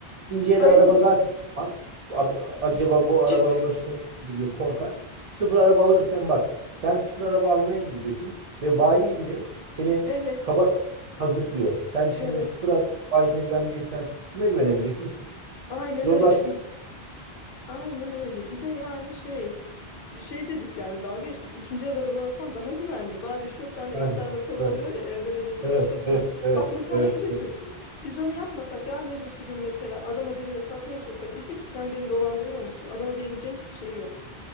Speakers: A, on the right; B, on the left.
A: İkinci el
B: Aynen.
A: araba zaten az. Acaba bu arabanın
B: Kesin.
A: başına
B: <laughs>
A: ne gelir diye korkar. Sıfır araba alırken bak sen sıfır araba almaya gidiyorsun ve bayi bile seni
B: Evet.
A: kaba kazıklıyor. Sen şimdi
B: Evet.
A: sıfır araba bayisine güvenmeyeceksen kime güvenebileceksin ki?
B: Aynen
A: Yozlaş.
B: öyle. Bir Aynen öyle. Bir de yani şey e, şey dedik yani dalga geçtik. İkinci el araba alsan daha güvenli. Bari üç dört tane
A: Yani.
B: eksper raporu
A: Evet,
B: oluyor ya evden ele dolaşırken.
A: evet, evet, evet,
B: Bak mesela
A: evet.
B: şu da kötü. Biz onu yapmasak yarın öbürsü gün mesela adama birine satmaya çalışsak diyecek ki sen beni dolandırıyor musun? Adama diyebileceğin hiçbir şey yok.